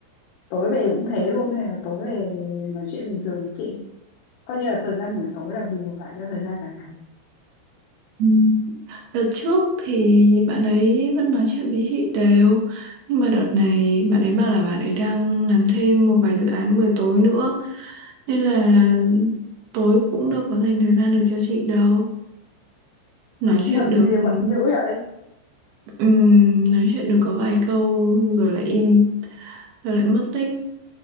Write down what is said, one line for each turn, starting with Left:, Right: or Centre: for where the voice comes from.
Left: Tối về cũng thế luôn hay là tối về nói chuyện bình thường với chị? Coi như là thời gian buổi tối là bù lại cho thời gian cả ngày.
Right: Ừ. đợt trước thì bạn ấy vẫn nói chuyện với chị đều nhưng mà đợt này bạn ấy bảo là bạn ấy đang làm thêm một vài dự án buổi tối nữa nên là tối cũng đâu có dành thời gian được cho chị đâu nói chuyện
Left: Bận
Right: được
Left: gì mà bận dữ vậy?
Right: ừm, nói chuyện được có vài câu rồi lại im rồi lại mất tích